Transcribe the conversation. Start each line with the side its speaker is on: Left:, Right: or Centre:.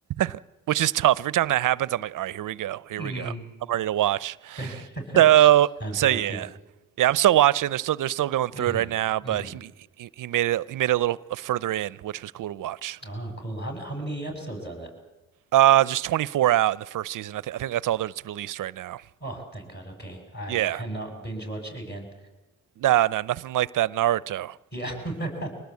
Right: <laughs> which is tough. Every time that happens, I'm like, "All right, here we go. Here
Left: Mm.
Right: we go. I'm ready to watch."
Left: <laughs>
Right: So
Left: Time
Right: so
Left: to lock
Right: yeah.
Left: in.
Right: Yeah, I'm still watching. They're still they're still going
Left: hmm
Right: through it right now,
Left: hmm
Right: but he he, he made it he made it a little further in, which was cool to watch.
Left: Oh, cool. How, ma- how many episodes are there?
Right: Uh just 24 out in the first season. I think I think that's all that's released right now.
Left: Oh, thank God. Okay. I
Right: Yeah.
Left: cannot binge watch again.
Right: No, no, nothing like that Naruto.
Left: Yeah. <laughs>